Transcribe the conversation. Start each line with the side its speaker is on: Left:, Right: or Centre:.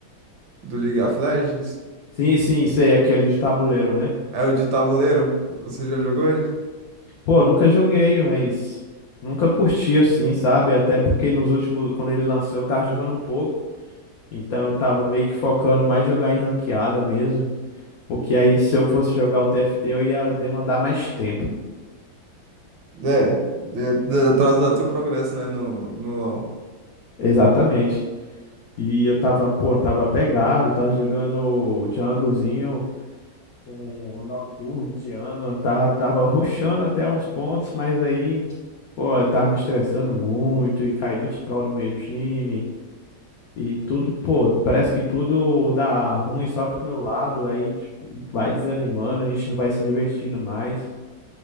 Right: do League of Legends?
Left: Sim, sim, sei, aquele de tabuleiro, né?
Right: É o de tabuleiro? Você já jogou ele?
Left: Pô, nunca joguei, mas nunca curti assim, sabe? Até porque nos últimos, quando ele lançou, eu tava jogando um pouco, então eu tava meio que focando mais jogar em ranqueada mesmo, porque aí se eu fosse jogar o TFT, eu ia demandar mais tempo.
Right: É, de, de atrasar teu progresso, né? No, no LoL.
Left: Exatamente. E eu tava, pô, tava pegado, tava jogando o Junglezinho, um um Nocturne indiano, tava, tava rushando até uns pontos, mas daí, pô, eu tava me estressando muito e caí muito troll no meio do time. E tudo, pô, parece que tudo dá ruim só pro meu lado, aí tipo, vai desanimando, a gente não vai se divertindo mais.